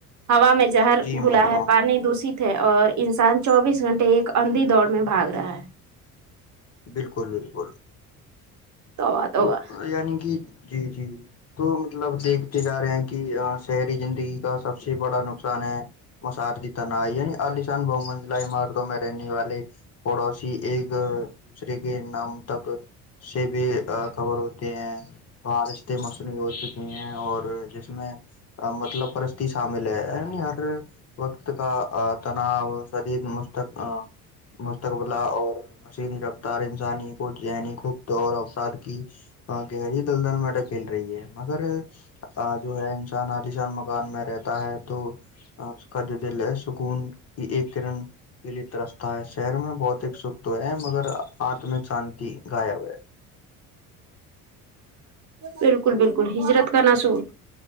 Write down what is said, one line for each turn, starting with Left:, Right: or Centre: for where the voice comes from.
Right: ہا میں جہر
Left: جی محترم
Right: گھلا ہے پانی دوشت ہے اور انسان چوبیس گھنٹے ایک اندھی دوڑ میں بھاگ رہا ہے
Left: بالکل بالکل
Right: توبہ
Left: تو
Right: توبہ
Left: یعنی کہ جی جی تو مطلب دیکھتے جا رہے ہیں کہ شہری زندگی کا سب سے بڑا نقصان ہے مسا تن یعنی عالشان بہ منزلا عمارتوں میں رہنے والے پڑوسی ایک دوسرے کے نام تک سے بھی خبر ہوتے ہیں بارش سےیں موصو ہو چکی ہیں اور جس میں مطلب پرستی شامل ہے یعنی ہر وقت کا تناؤ شدید مق مستقبل اور مشینی ر انسانی کو جین گپت اور افساد کی گہری دلدل میں رک کھیل رہی ہے مگر جو ہے انسان حالیشان مکان میں رہتا ہے تو ہکھاد د ل سکون کہ ایک کرن کے لیے ترستا ہے شہر میں بہت اسک تو ہے مگر آتمک شانتی گایا ہویا
Right: بالکل بالکل ہجرت کا ن سو